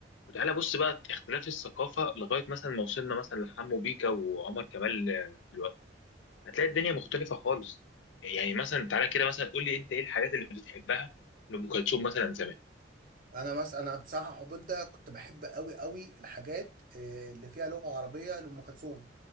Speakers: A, on the left; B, on the right.
A: وتعالى بص بقى اختلاف الثقافة لغاية مثلا ما وصلنا مثلا لحمو بيكا وعمر كمال آه، دلوقتي هتلاقي الدنيا مختلفة خالص يعني مثلا تعالى كده مثلا قول لي أنت إيه الحاجات اللي بتحبها لأم كلثوم مثلا زمان
B: انا مثلا انا بصراحه حبيت ده كنت بحب قوي قوي الحاجات آه، اللي فيها لغه عربيه لام كلثوم